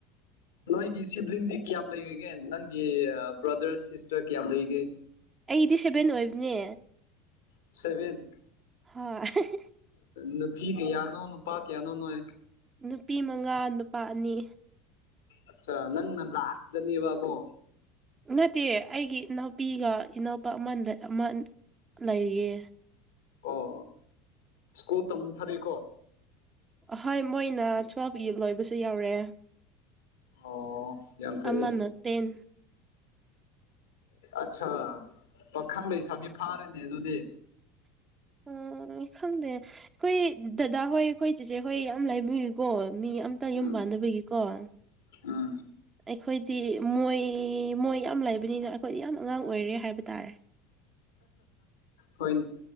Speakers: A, on the left; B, on the right.
A: <inaudible> ꯅꯣꯏꯒꯤ ꯁꯤꯕ꯭ꯂꯤꯡꯗꯤ ꯀꯌꯥꯝ ꯂꯩꯔꯤꯒꯦ ꯅꯪꯒꯤ ꯕ꯭ꯔꯗꯔ ꯁꯤꯁꯇꯔ ꯀꯌꯥꯝ ꯂꯩꯒꯦ
B: ꯑꯩꯗꯤ ꯁꯚꯦꯟ ꯑꯣꯏꯕꯅꯦ
A: ꯁꯚꯤꯟ
B: ꯍꯣꯏ
A: ꯅꯨꯄꯤ ꯀꯌꯥꯅꯣ ꯅꯨꯄꯥ ꯀꯌꯥꯅꯣ ꯅꯣꯏ
B: ꯅꯨꯄꯤ ꯃꯉꯥ ꯅꯨꯄꯥ ꯑꯅꯤ
A: ꯑꯆꯥ ꯅꯪ ꯅ ꯂꯥꯁꯇꯥꯅꯦꯕꯥ ꯀꯣ
B: ꯅꯠꯇꯦ ꯑꯩꯒꯤ ꯏꯅꯥꯎꯄꯤꯒ ꯏꯅꯥꯎꯄꯥ ꯑꯃ ꯑꯃ ꯂꯩꯔꯤꯌꯦ
A: ꯑꯣ ꯁ꯭ꯀꯨꯜ ꯇꯝꯊꯔꯤꯀꯣ
B: ꯍꯣꯏ ꯃꯣꯏꯅꯥ ꯇ꯭ꯋꯦꯜꯞ ꯛ ꯂꯣꯏꯕꯁꯨ ꯌꯥꯎꯔꯑꯦ
A: ꯑꯣ ꯌꯥꯝ ꯐꯩꯌꯦ
B: ꯑꯃꯅ ꯇꯦꯟ
A: ꯑꯠꯁꯥ ꯄꯥꯈꯪ ꯂꯩꯁꯥꯕꯤ ꯐꯥꯔꯦꯅꯦ ꯑꯗꯨꯗꯤ
B: ꯎꯝ ꯈꯪꯗꯦ ꯑꯩꯈꯣꯏ ꯗꯗꯥ ꯍꯣꯏ ꯑꯩꯈꯣꯏ ꯆꯤꯆꯦ ꯍꯣꯏ ꯌꯥꯝ ꯂꯥꯏꯕꯤꯏꯀꯣ ꯃꯤ ꯌꯥꯝ ꯑꯇ
A: ꯎꯝ
B: ꯌꯨꯝꯕꯥꯥꯟꯗꯕꯤꯒꯀꯣ <inaudible>
A: ꯎꯝ
B: ꯑꯩꯈꯣꯏꯗꯤ ꯃꯣꯏ ꯃꯣꯏ ꯌꯥꯝ ꯂꯩꯕꯅꯤꯅ ꯑꯩꯈꯣꯏꯗꯤ ꯌꯥꯝ ꯑꯉꯥꯡ ꯑꯣꯏꯔꯦ ꯍꯥꯏꯕ ꯇꯥꯔꯦ
A: ꯍꯣꯏꯅꯦ